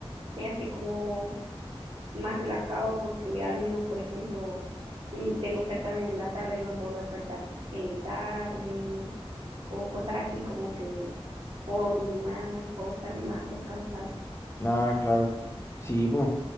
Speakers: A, on the right; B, on the left.
A: se hace como más relajado porque al menos, por ejemplo, si tengo certamen en la tarde me puedo despertar eh, tarde o cosas así como que puedo dormir más, puedo estar más descansado.
B: Ah, claro. Sí, pues.